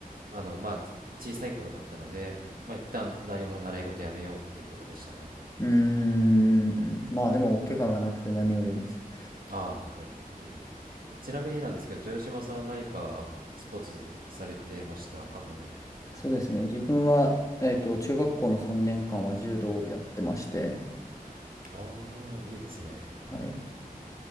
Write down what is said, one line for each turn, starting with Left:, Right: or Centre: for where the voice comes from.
Right: あの、まあ、小さい頃だったので、まあ、一旦何も習い事やめようっていうことでしたね。
Left: うーん。まあでも、お怪我がなくて何よりです。
Right: ああ、ね、いえいえ。えちなみになんですけど、豊島さんは何かスポーツされてました、過去に。
Left: そうですね。自分は、えっと、中学校の3年間は柔道をやってまして、
Right: ああ、いいですね。
Left: はい。